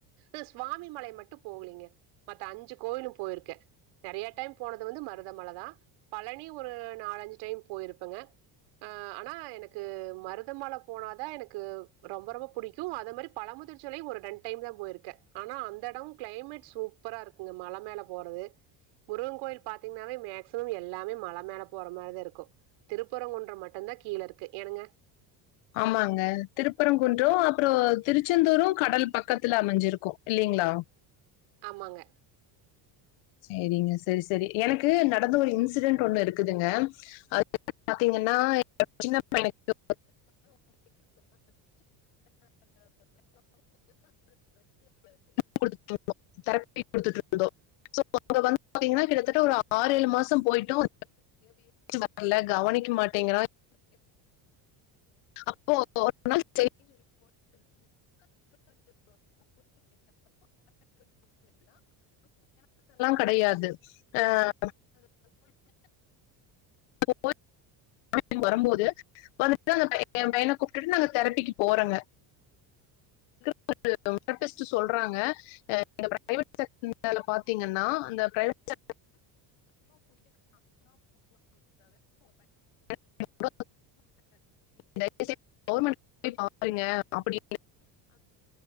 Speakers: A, on the right (about 85°); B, on the left (about 85°).
A: அ சுவாமி மலை மட்டு போவுலீங்க மத்த அஞ்சு கோவிலு போயிருக்கே நெறைய டைம் போனது வந்து மருதமல தா பழனி ஒரு நாலஞ்சு டைம் போயிருப்பங்க ஆ ஆனா எனக்கு மருதமல போனாதா எனக்கு ரொம்ப ரொம்ப புடிக்கு அத மாரி பழமுதிர்ச்சோலை ஒரு ரெண் டைம் தா போயிருக்க ஆனா அந்த எட க்ளைமேட் சூப்பரா இருக்குங்க மல மேல போறது முருகன் கோயில் பாத்தீங்கன்னாவே மேக்சிமம் எல்லாமே மல மேல போற மாரிதா இருக்கு திருப்புரங்குன்ற மட்டுந்தா கீழே இருக்கு ஏனுங்க
B: ஆமாங்க திருப்பரங்குன்ற அப்பற திருச்செந்தூரு கடல் பக்கத்துல அமைஞ்சிருக்கு இல்லைங்களா
A: ஆமாங்க
B: சரிங்க சரி சரி எனக்கு நடந்த ஒரு இன்சிடென்ட் ஒண்ணு இருக்குதுங்க அது பாத்தீங்கன்னா எ சின்ன பையனுக்கு <inaudible> <inaudible> குடுத்துட்டு இருந்தோ சோ அங்க வந்து பாத்தீங்கன்னா கிட்டத்தட்ட ஒரு ஆறு ஏழு மாச போயிடு <inaudible> வரல கவனிக்க மாட்டேங்கிறோ அப்போ ஒ <inaudible> <inaudible> <inaudible> கெடையாது ஆ <inaudible> <inaudible> அனு வரும்போது வந்துட்டு அந்த பையன கூப்ட்டுட்டு நாங்க தெரப்பிக்கு போறங்க <inaudible> டெஸ்ட்டு சொல்றாங்க ஆ அந்த பரவேட் செக்டர்ல பாத்தீங்கன்னா அந்த பிரவேட் செர் <inaudible> <inaudible> தயவுசயு கவுவர்மெண்ட் போய் பாருங்க அப்படினு <inaudible>